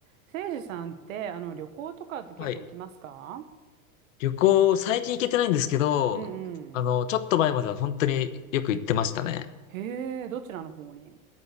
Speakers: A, on the right; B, on the left.
A: せいじさんって、あの、旅行とかって結構行きますか
B: はい。旅行、最近行けてないんですけど、
A: うんうん。
B: あの、ちょっと前までは本当によく行ってましたね。
A: へえ、どちらの方に